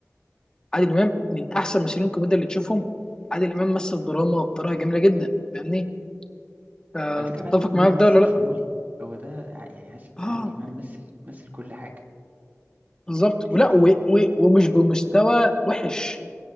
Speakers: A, on the left; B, on the right.
A: عادل امام من احسن ممثلين الكوميديا اللي تشوفهم عادل امام مثل دراما بطريقه جميله جدا فاهمني فتتفق
B: الفكرة في عادل إمام إن
A: معايا
B: هو
A: في
B: ممثل
A: ده ولا لا
B: شمولي هو ده ع- يعني عس-
A: اه
B: عادل إمام مثل مثل كل حاجة
A: بالظبط ولا
B: يعني
A: و و ومش بمستوى وحش